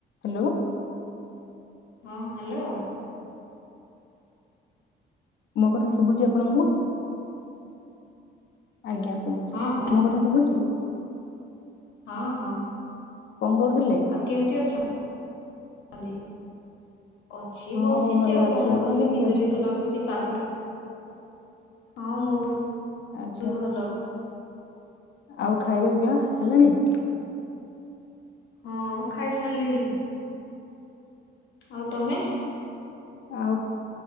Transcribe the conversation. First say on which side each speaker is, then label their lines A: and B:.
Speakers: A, on the left (about 65°); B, on the left (about 80°).
A: Hello.
B: ହଁ hello.
A: ମୋ କଥା ଶୁଭୁଛି ଆପଣଙ୍କୁ? ଆଜ୍ଞା ଶୁଭୁଚି
B: ହଁ ହଁ
A: ମୋ କଥା ଶୁଭୁଚି।
B: ହଁ ହଁ
A: କରୁଥିଲେ?
B: ଆଉ କେମିତି ଅଛନ୍ତି? ଅଛି
A: ହଁ
B: ବସିଛି
A: ମୁଁ ଭଲ
B: ଆଉ
A: ଅଛି।
B: କଣ
A: ଆପଣ
B: କରିବି
A: କେମିତି
B: ନିଦ
A: ଅଛନ୍ତି?
B: ନିଦ ଲାଗୁଛି ପାଗ ହଁ ମୁଁ
A: ଆଚ୍ଛା
B: ବି ଭଲ।
A: ଆଉ ଖାଇବା ପିଇବା ହେଲାଣି?
B: ହଁ ଖାଇ ସାରିଲିଣି। ଆଉ ତମେ?
A: ଆଉ